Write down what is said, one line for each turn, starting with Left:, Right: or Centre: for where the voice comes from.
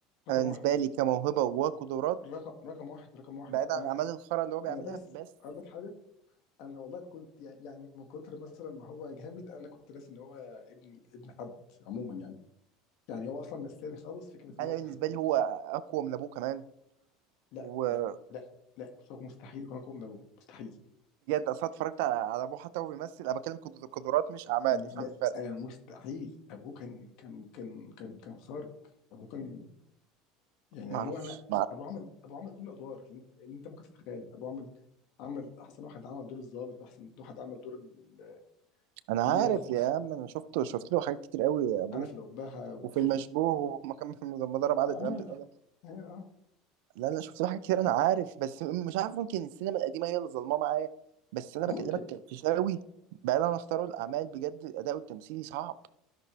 Left: رقم
Right: انا بالنسبه
Left: واحد
Right: لي كموهبه وقدرات
Left: رقم رقم واحد رقم واحد
Right: بعيد
Left: انا
Right: عن الاعمال الخرا اللي هو بيعملها
Left: انا بس
Right: بس
Left: اقول لك حاجه انا والله كنت يعني يعني من كتر مثلا ما هو جامد انا كنت ناسي ان هو ابن ابن حد عموما يعني يعني هو اصلا نساني خالص فكره ان
Right: انا
Left: هو ابن
Right: بالنسبه
Left: حد
Right: لي هو اقوى من ابوه كمان
Left: لا
Right: وبجد
Left: لا لا لا فهو مستحيل يكون اقوى من ابوه مستحيل
Right: اصلا اتفرجت على على ابوه حتى وهو بيمثل انا بتكلم قدرات مش اعمال
Left: لا
Right: افهم الفرق
Left: آه، مستحيل ابوه كان كان كان كان كان خارق ابوه كان يعني
Right: ما
Left: ابوه
Right: اعرفش
Left: انا ابوه عمل ابوه عمل كل الادوار اللي انت, اللي انت ممكن تتخيلها ابوه عمل عمل احسن واحد عمل دور الضابط واحسن واحد عمل دور ال-
Right: انا
Left: ابوه
Right: عارف
Left: جامد
Right: يا عم انا شفته شفت له حاجات كتير قوي يا ابوه
Left: انا في الابهه وفي
Right: وفي المشبوه وما كان <laughs> لما ضرب عادل
Left: اه
Right: امام بالقلم
Left: اه آه.
Right: لا لا شفت له حاجات كتير انا عارف بس مش عارف ممكن السينما القديمه هي اللي ظلماه معايا بس انا
Left: ممكن
Right: بكلمك في شاوي بعيد عن اختياره الاعمال بجد الاداء التمثيلي صعب